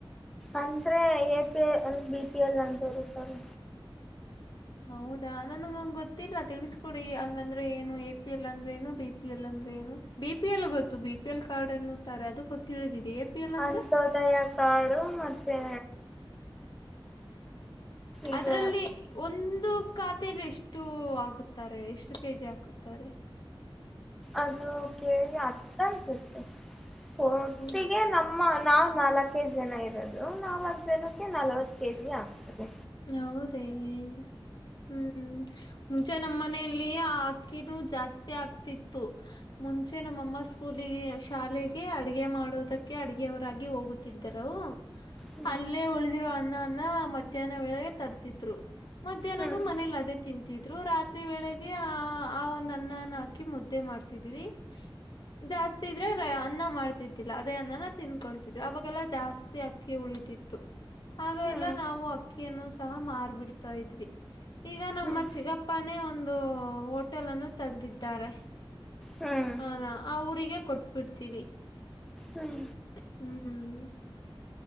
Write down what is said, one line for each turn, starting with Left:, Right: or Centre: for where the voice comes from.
Centre: ಅಂದ್ರೆ A P B P L ಅಂತ ಇರುತ್ತಲ್
Left: ಹೌದಾ ನನ್ಗಂಗಗೆ ಗೊತ್ತಿಲ್ಲ ತಿಳಿಸಕೊಡಿ ಹಂಗಂದ್ರೆ ಏನು ಎ ಪಿ ಎಲ್ ಅಂದ್ರೆ ಏನು ಬಿ ಪಿ ಎಲ್ ಅಂದ್ರೆ ಏನು ಬಿ ಪಿ ಎಲ್ ಗೊತ್ತು ಬಿ ಪಿ ಎಲ್ ಕಾರ್ಡ್ ಅನ್ನುತ್ತಾರೆ ಅದು ಗೊ ತಿಳಿದಿದೆ ಎ ಪಿ ಎಲ್ ಅಂದ್ರೆ
Centre: ಅಂಂತೋದಯ ಕಾಡು ಮತ್ತೆ ಈಗ
Left: ಅದ್ರಲ್ಲಿ ಒಂದು ಖಾತೆಲಿ ಎಷ್ಟು ಆಗುತ್ತಾರೆ ಎಷ್ಟು ಕೆಜಿ ಹಾಕುತ್ತಾರೆ
Centre: ಅದು ಕೇಳಿ ಹತ್ತ ಅನ್ಸುತ್ತೆ ಒಟ್ಟಿಗೆ
Left: ಹ್ಮ್
Centre: ನಮ್ಮ ನಾ್ ನಾಲ್ಕ ಕೆ ಜಿ ಜನ ಇರೋದು ನಾಲ್ಕ್ು ಜನಕ್ಕೆ ನಲ್ವತ್ ಕೆ ಜಿ ಆಗ್ತದೆ
Left: ಹೌದೇನೆ ಹ್ಮ್ ಮುಂಚೆ ನಮ್ಮ ಮನೆಯಲ್ಲಿ ಆ ಅಕ್ಕಿನೂ ಜಾಸ್ತಿ ಆಗ್ತಿತ್ತು ಮುಂಚೆ ನಮ್ಮಅಮ್ಮ ಸ್ಕೂಲ್ ಅಲ್ಲಿ ಶಾಲೆಗೆ ಅಡಗೆ ಮಾಡೋದಕ್ಕೆ ಅಡಗೆವರಾಗಿ ಹೋಗುತ್ತಿದ್ದರವು
Centre: ಹ್ಮ್
Left: ಅಲ್ಲೇ ಉಳಿದಿರೋ ಅನ್ನ ಅನ್ನ ಮಧ್ಯಾಹ್ನ ವೇಳೆಗೆ ತಡ್ತಿದ್ರು ಮಧ್ಯಾಹ್ನನು
Centre: ಹ್ಮ್
Left: ಮನೇಲಿ ಅದೇ ತಿಂತಿದ್ರು ರಾತ್ರಿ ವೇಳೆಗೆ ಆ ಆ ಒಂದ್ ಅನ್ನನ್ನ ಹಾಕಿ ಮುದ್ದೆ ಮಾಡ್ತಿದ್ವಿ ಜಾಸ್ತಿ ಇದ್ರೆ ಅನ್ನ ಮಾಡ್ತಿದ್ದಿಲ್ಲ ಅದೇ ಅನ್ನನ ತಿನ್ಕೊತಿದ್ರು ಅವಾಗೆಲ್ಲಾ ಜಾಸ್ತಿ ಆಗ್ತ ಅಕ್ಕಿ ಉಳಿತಿತ್ತು ಆಗ
Centre: ಹ್ಮ್
Left: ಎಲ್ಲ ನಾವು ಅಕ್ಕಿಯನ್ನು ಸಹ ಮಾರ್ಬಿಡ್ತಾ ಇದ್ವಿ ಈಗ ನಮ್ಮ
Centre: ಹ್ಮ್
Left: ಚಿಗಪ್ಪನೇ ಒಂದು ಒ ಹೋಟೆಲ್ ಅನ್ನು ತಗದಿದ್ದಾರೆ
Centre: ಹ್ಮ್
Left: ಹದ ಆ ಊರಿಗೆ ಕೊಟ್ಟ ಬಿಡ್ತೀವಿ
Centre: ಹ್ಮ್
Left: ಹ್ಮ್್ಮ